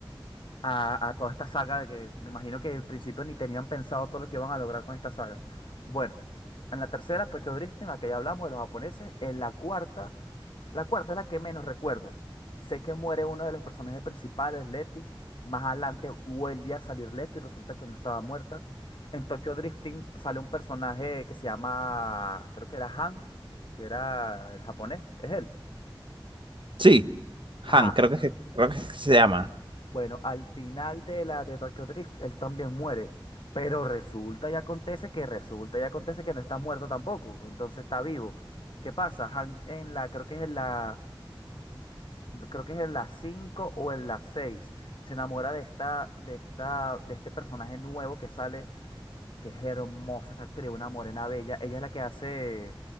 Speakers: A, on the left; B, on the right.
A: a, a toda esta saga de que me imagino que al principio ni tenían pensado todo lo que iban a lograr con esta saga. Bueno, en la tercera, Tokyo Drift, en la que ya hablamos de los japoneses, en la cuarta, la cuarta es la que menos recuerdo. Sé que muere uno de los personajes principales, Letty. Más adelante vuelve a salir Letty, resulta que no estaba muerta. En Tokyo Drifting sale un personaje que se llama, creo que era Han, que era el japonés, es él.
B: Sí,
A: Ajá,
B: Han, creo que, se- creo que se llama.
A: Bueno, al final de la de Tokyo Drift, él también muere. Pero resulta y acontece que resulta y acontece que no está muerto tampoco. Entonces está vivo. ¿Qué pasa? Hank en la, creo que es en la, creo que es en la 5 o en la seis Se enamora de esta, de esta, de este personaje nuevo que sale, que es hermosa esa actriz, una morena bella. Ella es la que hace